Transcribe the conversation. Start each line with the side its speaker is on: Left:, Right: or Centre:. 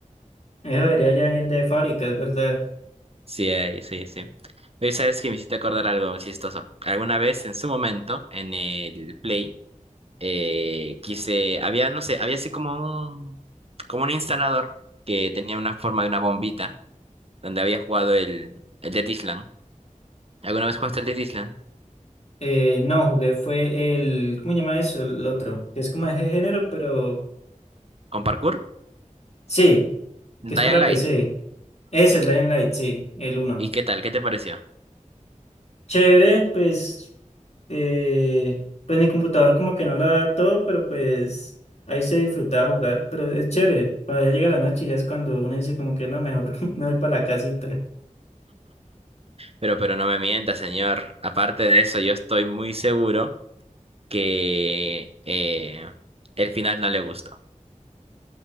Left: Eso debería ya venir de fábrica, es verdad.
Right: Sí, ahí, sí, sí. Oye, ¿sabes que me hiciste acordar algo muy chistoso? Alguna vez, en su momento, en el Play, eh, quise, había, no sé, había así como un, como un instalador que tenía una forma de una bombita donde había jugado el, el Dead Island. ¿Alguna vez jugaste el Dead Island?
Left: Eh, no, jugué fue el... ¿Cómo se llama eso? El otro. Que es como de ese género, pero...
Right: ¿Con parkour?
Left: Sí, que
Right: Dying
Left: es para
Right: Light.
Left: PC. Eso, el Dying Light, sí, el uno.
Right: ¿Y qué tal? ¿Qué te pareció?
Left: Chévere, pues... eh, pues mi computador como que no la da todo, pero pues... Ahí se disfrutaba jugar, pero es chévere. Cuando ya llega la noche, ya es cuando uno dice como que no, mejor <laughs> me voy para la casita.
Right: Pero, pero no me mientas, señor. Aparte de eso, yo estoy muy seguro que eh, el final no le gustó.